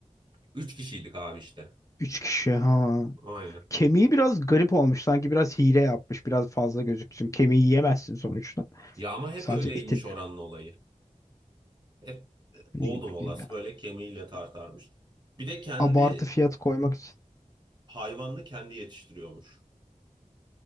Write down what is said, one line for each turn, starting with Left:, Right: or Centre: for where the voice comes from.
Right: 3 kişiydik abi işte.
Left: Üç kişi ha.
Right: Aynen.
Left: Kemiği biraz garip olmuş. Sanki biraz hile yapmış. Biraz fazla gözüksün. Kemiği yiyemezsin sonuçta.
Right: Ya ama hep
Left: Sadece
Right: öyleymiş
Left: etin
Right: oranın olayı. Hep
Left: ne
Right: oldum
Left: bileyim
Right: olası
Left: ya.
Right: böyle kemiğiyle tartarmış. Bir de kendi
Left: Abartı fiyat koymak için.
Right: hayvanını kendi yetiştiriyormuş